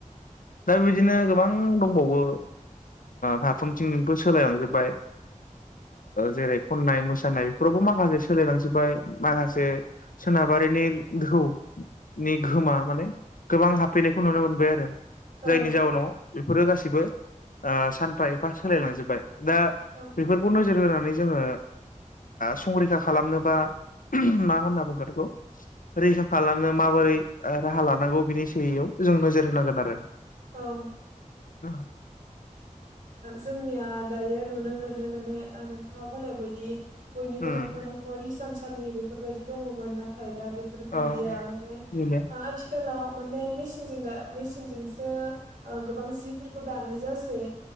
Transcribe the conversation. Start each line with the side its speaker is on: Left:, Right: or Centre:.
Left: दा बेबायदिनो गोबां दंबावो फारफ्रोमथिंजोंबो सोलायलांजोबबाय जेरै खननाय मोसानाय बेफोरावबो माखासे सोलायलांजोबबाय माखासे सोनाबारिनि दोहौनि गोहोमा माने गोबां हाबफैनायखौ नुनो मोनबाय आरो।
Right: औ
Left: जायनि जाऊनाव बेफोरो गासिबो सानफा एफा सोलायलांजोब्बाय। दा
Right: औ
Left: बेफोरखौ नोजोर होनानै जोङो संरैखा खालामनो बा मा होनना बुंगोन बेखौ रैखा खालामनो माबोरै राहा लानो नांगौ बिनि सायाव जों नोजोर होनांगोन आरो।
Right: औ
Left: <inaudible>
Right: जोंनिया दायो नुनो मोनो माने नोंथाङा बुंनाय बायदि बयनिबो
Left: उम
Right: न'खर न'खर इसान सा साननि बेफोरबायदि दङमोन नाथाय दा बेफोर
Left: औ
Right: गैलिया माने
Left: उम
Right: आथिखालाव माने मेसिनजों दा मेसिनजोंसो गोबां जिफोरखौ दानाय जासै।